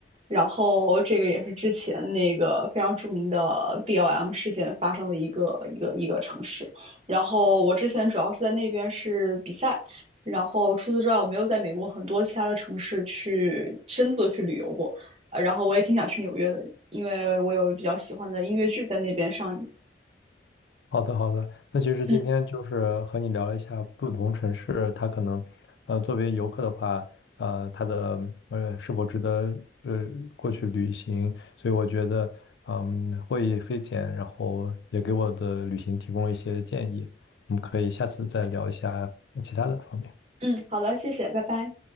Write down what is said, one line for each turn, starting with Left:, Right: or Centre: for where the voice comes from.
Right: 然后这个也是之前那个非常著名的 BLM 事件发生的一个一个一个城市。然后我之前主要是在那边是比赛，然后除此之外，我没有在美国很多其他的城市去深度的去旅游过。呃，然后我也挺想去纽约的，因为我有比较喜欢的音乐剧在那边上映。
Left: 好的，好的。那其实今天就是和你聊了一下不同城市，
Right: 嗯
Left: 它可能，呃，作为游客的话，呃，它的呃是否值得呃过去旅行？所以我觉得，嗯，获益匪浅，然后也给我的旅行提供了一些建议。我们可以下次再聊一下其他的方面。
Right: 嗯，好的，谢谢，拜拜。